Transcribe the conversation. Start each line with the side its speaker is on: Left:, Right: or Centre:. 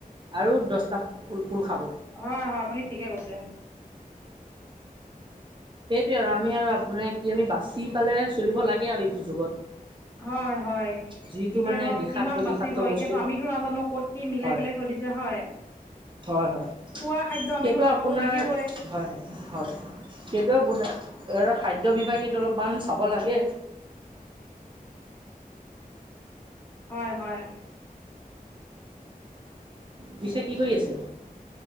Right: আৰু দহটা খোল খাব
Left: হয়-হয় আপুনি ঠিকে কৈছে।
Right: সেইটোৱে আৰু আমি আৰু আপুনি কি আমি বাচি পালে চলিব লাগে আৰু এইটো যুগত
Left: হয় হয়
Right: যিটো
Left: এতিয়া
Right: মানে
Left: ধৰ
Right: বিষাক্ত
Left: কিমান
Right: বিষাক্ত
Left: বাচিব এতিয়াতো
Right: বস্তুত
Left: আমিতো নাজানো কত কি মিলাই
Right: হয়
Left: পেলাই থৈ দিছো হয়।
Right: হয় হয়
Left: খোৱা খাদ্য আমিতো
Right: সেইটো
Left: খাবতো
Right: আপোনাৰ
Left: লাগিবই
Right: হয় হয় হয় সেইটো খাদ্যয বিভাগটো অলপমান চাব লাগে।
Left: হয় হয়
Right: পিছে কি কৰি আছে?